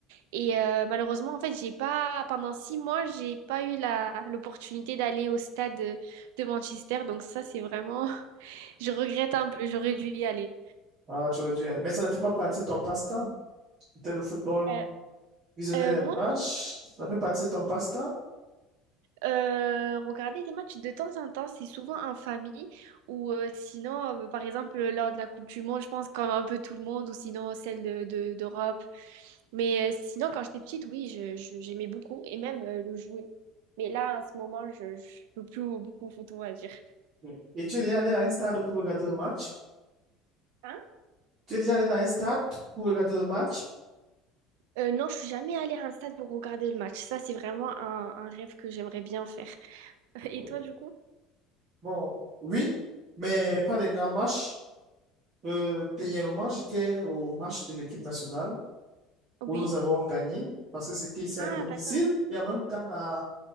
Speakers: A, on the right; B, on the right.
A: et euh, malheureusement en fait j'ai pas, pendant six mois j'ai pas eu la, l'opportunité d'aller au stade de, de Manchester donc ça c'est vraiment, <laughs> je regrette un peu, j'aurais dû y aller.
B: Ah, tu aurais dû. Mais ça ne fait pas partie de ton passe-temps. Peut-être le football.
A: Euh,
B: Visionner
A: euh,
B: les
A: moi
B: matchs, ça fait partie de ton passe-temps?
A: Euh, regarder des matchs de temps en temps, c'est souvent en famille ou euh, sinon, euh, par exemple, lors de la Coupe du Monde, je pense qu'on a un peu tout le monde ou sinon celle de, de- d'Europe. Mais euh, sinon, quand j'étais petite, oui, je, je- j'aimais beaucoup et même euh, le jouer. Mais là, en ce moment, je ne joue plus beaucoup au foot, on va dire.
B: Oui. Et tu es déjà allé à un stade pour regarder le match?
A: Hein?
B: Tu es déjà allé dans un stade pour regarder le match?
A: Euh, non, je suis jamais allée à un stade pour regarder le match. Ça, c'est vraiment un, un rêve que j'aimerais bien faire. <laughs> Et
B: Oui.
A: toi, du coup?
B: Bon, oui, mais pas des grands matchs. Euh, dernièrement, j'étais au match de l'équipe nationale
A: Oui.
B: où nous avons gagné parce que c'était ici à
A: Ah,
B: domicile
A: d'accord.
B: et en même temps à